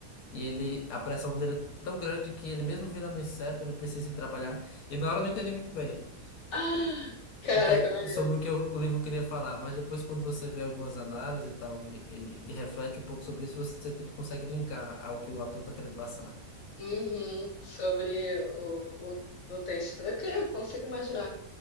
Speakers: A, on the left; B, on the left.
A: E ele, a pressão dele é tão grande que ele, mesmo virando um inseto, ele precisa ir trabalhar. E na hora eu não entendi muito bem
B: Ah, Caraca,
A: o que é-
B: maneiro.
A: sobre o que o, o livro queria falar, mas depois, quando você vê algumas análises e tal, e, e- e reflete um pouco sobre isso, você tipo, consegue linkar ao que o ator tá querendo passar.
B: Uhum, sobre o, o, o texto. É que eu consigo imaginar,